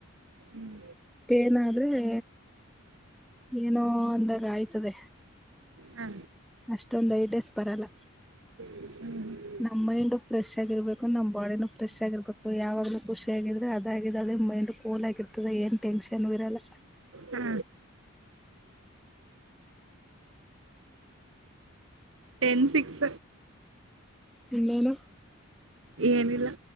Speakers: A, on the right; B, in the centre.
A: ಹ್ಮ್
B: ಪೇನ ಆದ್ರೆ ಏನೋ ಅಂದಾಗ ಆಯ್ತದೆ
A: ಹ
B: ಅಷ್ಟೊಂದು ಐಟ್ ಡೇಸ್ ಬರಲ್ಲ
A: ಹ್ಮ್
B: ನಮ್ ಮೈಂಡ್ ಫ್ರೆಶ್ ಆಗಿರ್ಬೇಕು ನಮ್ ಬಾಡಿನ ಫ್ರೆಶ್ ಆಗಿರ್ಬೇಕು ಯಾವಾಗ್ಲೂ ಖುಷಿ ಆಿದ್ರೆ ಅದ ಮೈಂಡ್ ಕೂಲ್ ಆಗಿರ್ತದೆ ಏನ್ ಟೆನ್ಷನ್ ಇರಲ್ಲ
A: ಹಾ ಟೆನ್ ಸಿಕ್ಸ್
B: ಎಲ್ಲೇನ
A: ಏನಿಲ್ಲ